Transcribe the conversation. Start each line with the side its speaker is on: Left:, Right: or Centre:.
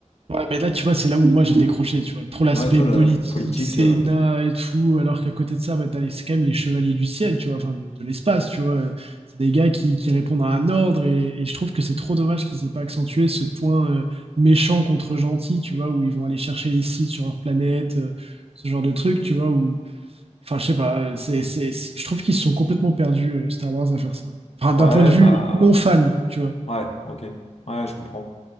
Right: Ouais, mais là, tu vois, c'est là où moi j'ai décroché, tu vois. Trop l'aspect
Left: Ouais, toi,
Right: politique,
Left: la politique,
Right: Sénat
Left: euh,
Right: et tout, alors qu'à côté de ça, bah, t'as les- c'est quand même les chevaliers du ciel, tu vois, enfin, de, de l'espace, tu vois. C'est des gars qui, qui répondent à un ordre et, et je trouve que c'est trop dommage qu'ils aient pas accentué ce point euh, méchant contre gentil, tu vois, où ils vont aller chercher les sites sur leur planète, euh, ce genre de truc, tu vois, où, enfin, je sais pas, euh, c'est, c'est, c'est- je trouve qu'ils se sont complètement perdus, euh, Star Wars, à faire ça. Enfin,
Left: ouais,
Right: d'un point de vue
Left: bah,
Right: non
Left: pff,
Right: fan, tu vois.
Left: ouais, ok, ouais, je comprends.